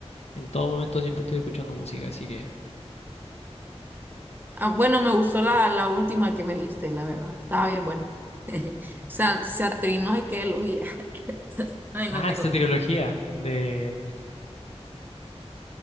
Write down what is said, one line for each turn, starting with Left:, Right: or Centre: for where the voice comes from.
Left: en todo momento siempre estoy escuchando música, así que...
Right: Ah, bueno, me gustó la, la última que me diste, la verdad. Estaba bien buena. <laughs> Sa- Satrin, no sé qué elegía. <laughs> Ay,
Left: Ah,
Right: no tengo.
Left: soteriología de...